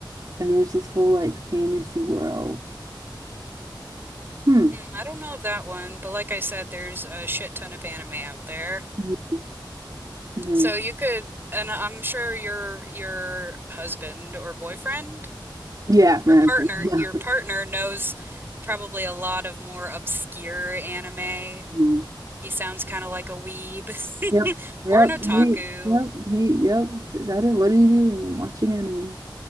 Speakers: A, on the right; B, on the right.
A: and there's this whole like fantasy world. Hmm.
B: Hmm, I don't know of that one, but like I said, there's a shit ton of anime out there.
A: Mhm. Mhm.
B: So you could, and I'm sure your your husband or boyfriend
A: Yeah, my
B: Your
A: husband.
B: partner,
A: Yeah.
B: your partner knows probably a lot of more obscure anime.
A: Mhm.
B: He sounds kind of like a weeb
A: Yep.
B: <laughs>
A: Yep.
B: or an otaku.
A: He, yep. He, yep. That is, what are you doing? I'm watching anime.